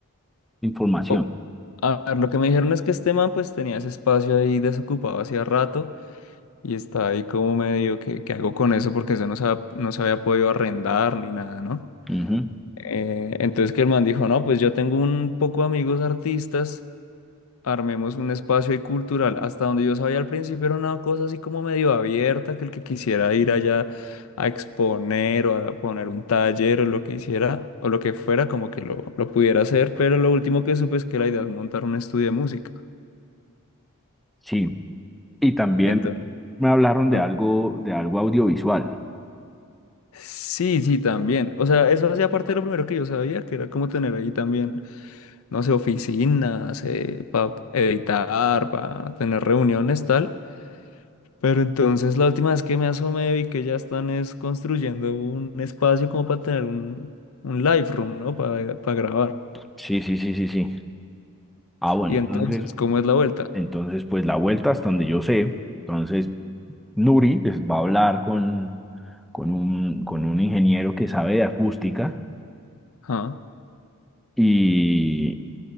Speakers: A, in the centre; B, on the left.
A: información.
B: O- a ver, lo que me dijeron es que este man pues tenía ese espacio ahí desocupado hacía rato y está ahí como medio que, ¿qué hago con eso? Porque eso no se, ha- no se había podido arrendar ni nada, ¿no?
A: Ujú,
B: Eh, entonces que el man dijo, no, pues yo tengo un poco de amigos artistas Armemos un espacio ahí cultural. Hasta donde yo sabía al principio era una cosa así como medio abierta, que el que quisiera ir allá a exponer o a poner un taller o lo que hiciera o lo que fuera, como que lo, lo pudiera hacer. Pero lo último que supe es que la idea es montar un estudio de música.
A: Sí. Y también
B: Y entonces,
A: me hablaron de
B: ah,
A: algo, de algo audiovisual.
B: sí, sí, también. O sea, eso hacía parte de lo primero que yo sabía, que era como tener ahí también, no sé, oficinas, para editar, para tener reuniones, tal. Pero entonces la última vez que me asomé vi que ya están es construyendo un espacio como para tener un, un live room, ¿no? Para, para grabar.
A: Sí, sí, sí, sí, sí. Ah, bueno,
B: Y
A: entonces,
B: entonces, ¿cómo es la vuelta?
A: entonces, pues la vuelta hasta donde yo sé. Entonces, Nuri pues, va a hablar con, con un, con un ingeniero que sabe de acústica
B: Ajá.
A: y